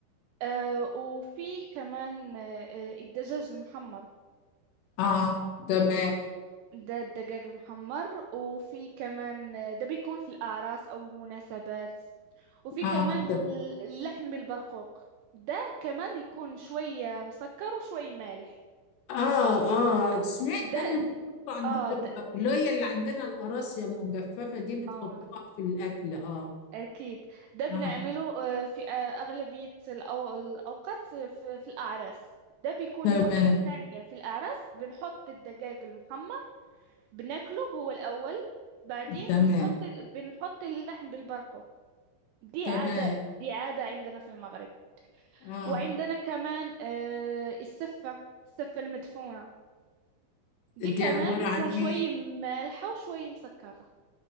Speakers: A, on the right; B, on the left.
A: آه وفي كمان آه آه، الدجاج المحمر
B: اه تمام
A: ده الدجاج المحمر وفي كمان آه، ده بيكون في الأعراس أو المناسبات وفي
B: اه
A: كمان
B: ت-
A: ال- اللحم بالبرقوق ده كمان يكون شوية مسكر وشوي مالح
B: اه اه سمعت
A: ده
B: انا إن
A: د-
B: كنتوا عندكم
A: اه
B: الب-
A: ده
B: اللي هي اللي عندنا القراصية المجففة دي بتحطوها
A: اه
B: في الاكل اه
A: أكيد ده بنعمله
B: اه
A: آه، في آه، أغلبية الأو- الأوقات في في الأعراس ده بيكون
B: تمام
A: الوجبة الثانية في الأعراس بنحط الدجاج المحمر بناكله هو الأول بعدين
B: تمام
A: بنحط بنحط اللحم بالبرقوق دي
B: تمام
A: عادات دي عادة عندنا في المغرب
B: اه
A: وعندنا كمان آه، السفة السفة المدفونة دي
B: دي
A: كمان
B: عبارة
A: بتكون
B: عن إيه؟
A: شوي مالحة وشوي مسكرة